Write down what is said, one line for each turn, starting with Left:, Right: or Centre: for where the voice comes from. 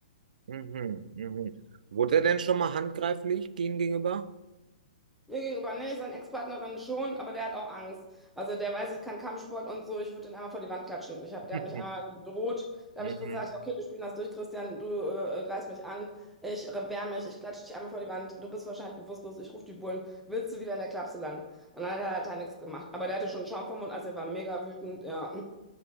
Right: Mhm, mhm. Wurde er denn schon mal handgreiflich gegen gegenüber?
Centre: Mir gegenüber nicht, seine Ex-Partnerin schon, aber der hat auch Angst. Also der weiß, ich kann Kampfsport und so, ich würde den einmal vor die Wand klatschen. Ich hab, der
Right: <laughs>
Centre: hat mich einmal bedroht. Da
Right: Mhm.
Centre: habe ich gesagt, ja, okay, wir spielen das durch, Christian, du äh, greifst mich an, ich wehr mich, ich klatsche dich einmal vor die Wand, du bist wahrscheinlich bewusstlos, ich rufe die Bullen, willst du wieder in der Klapse landen? Und dann hat er halt halt nichts gemacht. Aber der hatte schon Schaum vom Mund, also er war mega wütend, ja.